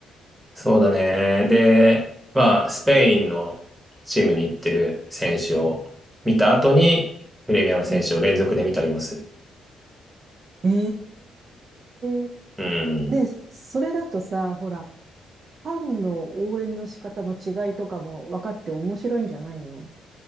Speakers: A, in the centre; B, on the right.
A: そうだね。で、まあ、スペインのチームに行ってる選手を見た後に、プレミアの選手を連続で見たりもする。
B: うん。ええ
A: うん。
B: で、それだとさ、ほら、ファンの応援の仕方の違いとかも分かって面白いんじゃないの